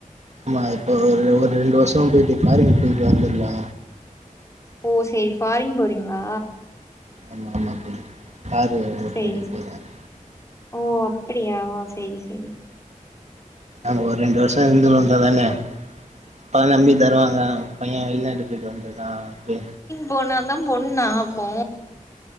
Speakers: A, on the right; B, on the left.
A: ஆமா இப்போ ஒரு ஒரு ரெண்டு வர்ஷோ போயிட்டு ஃபாரின் போயிட்டு வந்துருலா
B: ஓ சேரி ஃபாரின் போறீங்ளா
A: ஆமா ஆமா தோழி காரு ஓட்டுறதுக்கு
B: சேரி
A: போயிடுவேன்
B: ஓ அப்படியா சேரி சேரி
A: அங்க ஒரு ரெண்டு வருஷோ இருந்துட்டு வந்தாதான அப்பதா நம்பி தருவாங்க பைய வெளிநாட்டுக்கு போயிட்டு வந்திருக்கா அப்டி
B: போன தா பொண்ணா அப்போ